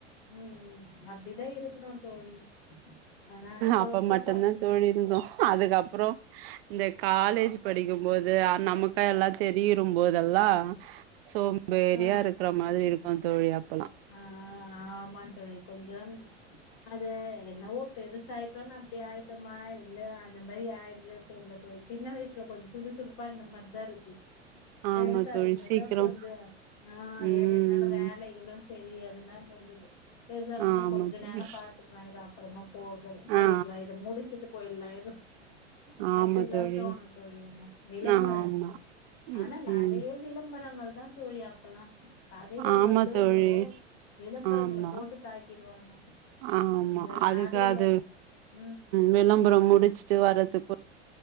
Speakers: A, on the left; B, on the right.
A: ம் ம் அப்டிதா இருக்கணு தோழி ஆனா இப்ப
B: அப்ப
A: இப்பப்ப
B: மட்டுந்தா தோழி இருந்தோ அதுக்கப்புற இந்த காலேஜ் படிக்கும் போது அ நமக்கு எல்லா தெரியுரும் போதெல்லா சோம்பேறியா
A: ஆ
B: இருக்கற மாதிரி இருக்கா தோழி அப்
A: ஆ ஆமா தோழி கொஞ்சம் அது என்னவோ பெருசாயிட்டோனு அப்டி ஆயிட்டோமா இல்ல அந்த மாரி ஆய்டுதா தெரில தோழி சின்ன வயசுல கொஞ்ச சுறுசுறுப்பா இருந்த மாரி தா இருக்கு
B: ஆமா
A: பெருசாடுனதா
B: தோழி சீக்கிரம்
A: கொஞ்ச ஆ
B: ம்
A: எதுனாலு வேலைகளு தெரியாதுனா முடிச்சுட்டு பெருஸ் ஆன ஒட்ன
B: ஆமா
A: கொஞ்ச
B: தோழி
A: நேர பாத்துக்கலாம் இரு அப்புறமா போக போயிக்கலா
B: ஆ
A: இத முடிச்சுட்டு போயிடலா இரு அப்டில்லா
B: ஆமா தோழி
A: தோணு தோழி என்ன விளம்ப
B: ஆமா ம்
A: ஆனா நெறய
B: ம்
A: விளம்பரங்கள் தா தோழி அப்பல்லா கதைகள்
B: ஆமா
A: வருதோ
B: தோழி
A: லயோ விளம்பரங்கள
B: ஆமா
A: போட்டு தாக்கிடுவாங்க
B: ஆமா
A: இந்த
B: அதுக்கு
A: நடுவுல
B: அது
A: ம்
B: விளம்பரம் முடிச்சுட்டு வர்றதுக்கு